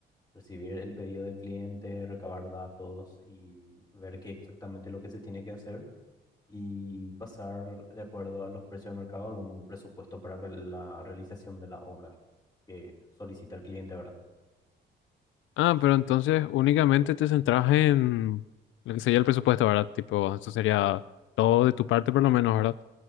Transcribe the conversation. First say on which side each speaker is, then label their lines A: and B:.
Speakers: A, on the left; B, on the left.
A: recibir el pedido del cliente, recabar datos y ver qué exactamente lo que se tiene que hacer y pasar de acuerdo a los precios del mercado algún presupuesto para re- la realización de la obra que solicita el cliente, ¿verdad?
B: Ah, pero entonces únicamente te centras en lo que sería el presupuesto, ¿verdad? Tipo, eso sería todo de tu parte por lo menos, ¿verdad?